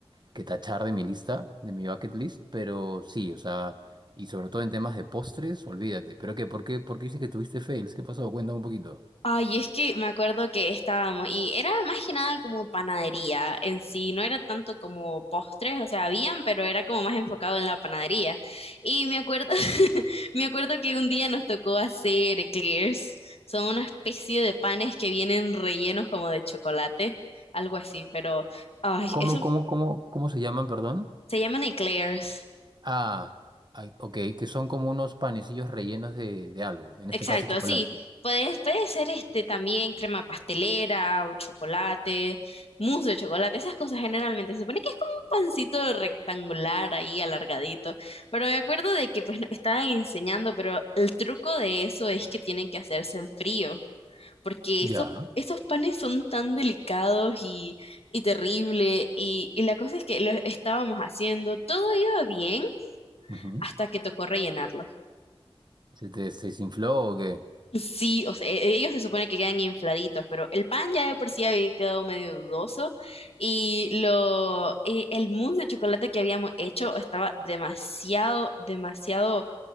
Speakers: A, on the right; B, on the left.
A: que tachar de mi lista, de mi bucket list, pero sí, o sea, y sobre todo en temas de postres, olvídate. ¿Pero qué? ¿Por qué? ¿Por qué dices que tuviste fails? ¿Qué pasó? Cuéntame un poquito.
B: Ay, es que me acuerdo que estábamos, y era más que nada como panadería en sí, no era tanto como postres, o sea, habían, pero era como más enfocado en la panadería. Y me acuerdo, <laughs> me acuerdo que un día nos tocó hacer eclairs, son una especie de panes que vienen rellenos como de chocolate, algo así, pero, ay,
A: ¿Cómo,
B: eso
A: Ok. cómo, cómo, cómo se llaman, perdón?
B: se llaman eclairs.
A: Ah, ay, ok, que son como unos panecillos rellenos de, de algo, en
B: Exacto,
A: este caso chocolate.
B: sí. Puede, puede ser este también crema pastelera o chocolate, mousse de chocolate, esas cosas generalmente. Se supone que es como un pancito rectangular ahí alargadito. Pero me acuerdo de que pues nos estaban enseñando, pero el truco de eso es que tienen que hacerse en frío, porque
A: Ya.
B: esos, esos panes son tan delicados y, y terrible. Y, y la cosa es que lo estábamos haciendo, todo iba bien
A: ujú.
B: hasta que tocó rellenarlo.
A: ¿Se te se desinfló o qué?
B: Sí, o sea, e- ellos se supone que quedan infladitos, pero el pan ya de por sí había quedado medio dudoso y lo, eh, el mousse de chocolate que habíamos hecho estaba demasiado, demasiado